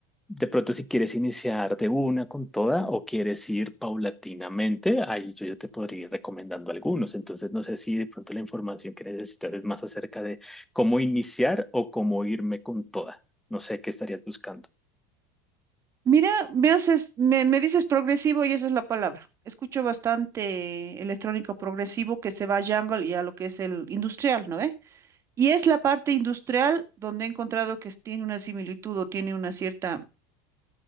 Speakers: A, in the centre; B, on the right (about 30°).
A: de pronto, si quieres iniciar de una con toda o quieres ir paulatinamente, ahí yo ya te podría ir recomendando algunos. Entonces, no sé si de pronto la información que necesitas es más acerca de cómo iniciar o cómo irme con toda. No sé qué estarías buscando.
B: Mira, me haces, me, me dices progresivo y esa es la palabra. Escucho bastante electrónico progresivo que se va a jungle y a lo que es el industrial, ¿no? eh Y es la parte industrial donde he encontrado que tiene una similitud o tiene una cierta